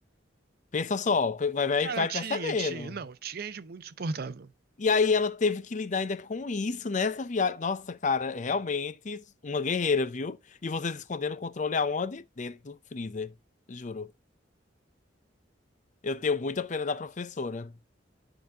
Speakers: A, on the left (about 40°); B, on the right (about 55°).
A: Pensa só, pe- vai, vai,
B: Cara,
A: vai
B: tinha,
A: percebendo.
B: tinha. Não, tinha gente muito suportável.
A: E aí ela teve que lidar ainda com isso nessa viagem. Nossa, cara, é realmente uma guerreira, viu? E vocês escondendo o controle aonde? Dentro do freezer, juro. Eu tenho muita pena da professora.